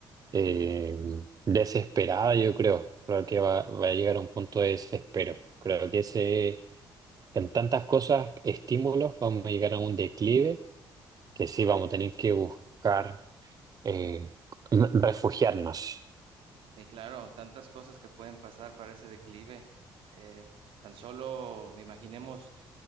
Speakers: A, on the right (about 40°); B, on the right (about 75°).
A: eh, desesperada, yo creo. Creo que va, va a llegar a un punto de desespero. Creo que ese, en tantas cosas, estímulos, vamos a llegar a un declive que sí
B: Correcto.
A: vamos a tener que buscar eh, refugiarnos.
B: Sí, claro, tantas cosas que pueden pasar para ese declive. Eh, tan solo imaginemos